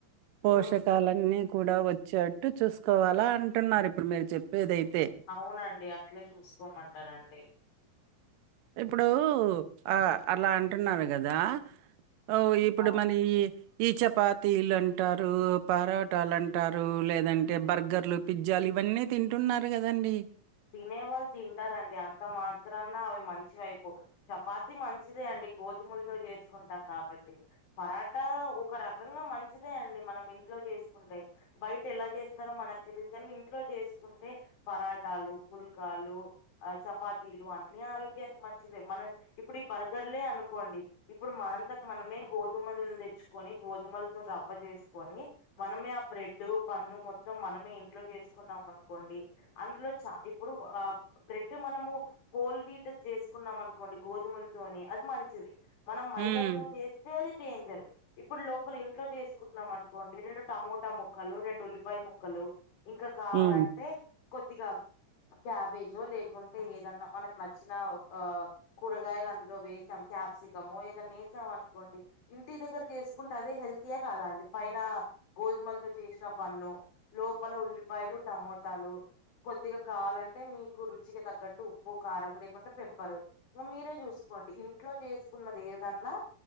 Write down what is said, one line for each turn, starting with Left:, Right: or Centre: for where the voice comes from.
Right: పోషకాలన్నీ
Left: న్యూ
Right: కూడా వచ్చేట్టు చూసుకోవాలా అంటున్నారు ఇప్పుడు మీరు చెప్పేదైతే
Left: అవునండి అట్లే చూసుకోమంటారండి
Right: ఇప్పుడు ఆ అలా అంటున్నారు కదా ఓ ఇప్పుడు
Left: ఆ
Right: మన ఈ ఈ చపాతీలు అంటారు పరాటాలు అంటారు లేదంటే బర్గర్లు పిజ్జాలు ఇవన్నీ తింటున్నారు కదండి
Left: తినే వాళ్ తింటారండి అంత మాత్రాన అవి మంచి వైపు చపాతి మంచిదే అండి గోధుమలతో చేసుకుంటాం కాబట్టి పరాటా ఒక రకంగా మంచిదే అండి మనం ఇంట్లో జేసుకుంటే బయట్ ఎలా జేస్తారో మనక్ తెలీద్ గాని ఇంట్లో జేసుకుంటే పరాటాలు పుల్కాలు అ చపాతీలు అన్ని ఆరోగ్యానిక్ మంచిదే మనె ఇప్పుడ్ ఈ బర్గర్లే అనుకోండి ఇప్పుడు మనంతకు మనమే గోధుమల్ దెచ్చుకొని గోధుమలతో రవ్వ చేసుకొని మనమే ఆ బ్రెడ్డు బన్ను మొత్తం మనమే ఇంట్లో చేసుకున్నాం అనుకోండి అందులో చా ఇప్ ఇప్పుడు వాప్ బ్రెడ్ మనము హొల్వీట్ జేసుకున్నాం అనుకోండి గోధుమలతోని అది మంచిది మనం మైదా
Right: ఉమ్,
Left: తోన్ చేస్తే అది డేంజర్ ఇప్పుడ్ లోపలింట్లో చేస్ కుత్న్నాం అనుకోండి రెండు టమోటా ముక్కలు రెండు ఉల్లిపాయ ముక్కలు ఇంకా కావాలంటే
Right: ఉమ్,
Left: కొద్దిగా క్యాబేజో లేకుంటే ఏదన్నా మనకు నచ్చిన ఒ అహ్ కూరగాయలందులో వేసాం క్యాప్సికము ఏదన్నేసాం అనుకోండి ఇంటి దగ్గర చేసుకుంటే అదే హెల్తీయా కాదా అండి పైన గోధుమలతో చేసిన బన్ను లోపల ఉల్లిపాయలు టమోటాలు కొద్దిగ కావాలంటే మీకు రుచికి తగ్గట్టు ఉప్పు కారం లేకుంటే పెప్పరు ఇగ మీరే చూసుకోండి ఇన్ ఇంట్లో చేసుకున్నద్ ఏదన్నా